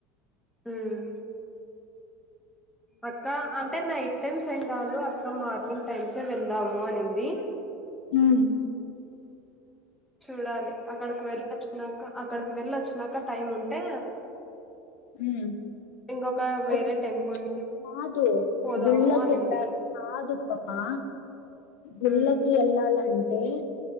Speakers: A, in the centre; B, on the left (about 80°).
A: హ్మ్ అక్కా అం టే నైట్ టైమ్స్ ఏం కాదు అక్క మార్నింగ్ టైమ్సే వెళ్ళాము అనింది
B: ఉమ్
A: చూడాలి అక్కడికి వెళ్ వచ్చినాంక అక్కడికి వెళ్ళి వచ్చినాక టైమ్ ఉంటే
B: మ్మ్
A: ఇంకొక వేరే
B: ఒక్
A: టెంపుల్
B: ప్చ్ కాదు
A: పోదాము
B: గుళ్ళకెల్ళా
A: అనింది
B: కాదు పపా. గుళ్ళకి
A: ఉమ్
B: ఎళ్ళాల అం టే